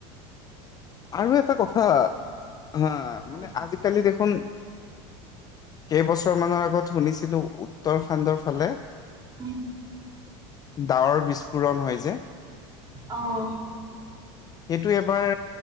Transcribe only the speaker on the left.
আৰু এটা কথা, হা
মানে আজিকালি দেখোন। কেইবছৰমানৰ আগত শুনিছিলোঁ উত্তৰাখাণ্ডৰ ফালে।
ডাৱৰ বিস্ফোৰণ হয় যে।
সেইটো এবাৰ